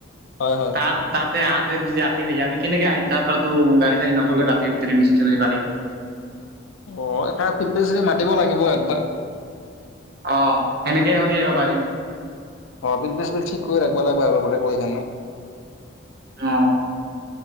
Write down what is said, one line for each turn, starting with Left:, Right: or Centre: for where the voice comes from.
Left: হয় হয়।
Right: তাত, তাতে আঁতৰ যদি ৰাতি হৈ যায়, আমি কেনেকে আহিম। তাৰ পৰাতো গাড়ী চাৰী নচলে ৰাাঁতি, তে নিশ্চিত হৈ পালে।
Left: অ', এটা চি মাতিব লাগিব একবাৰ।
Right: অ', সেনেকেই হ'লে আহিব পাৰিম।
Left: অ', বিল বিচ ঠিক কৰি ৰাখিব লাগিব, আগতে কৈ স পিনে।
Right: অ',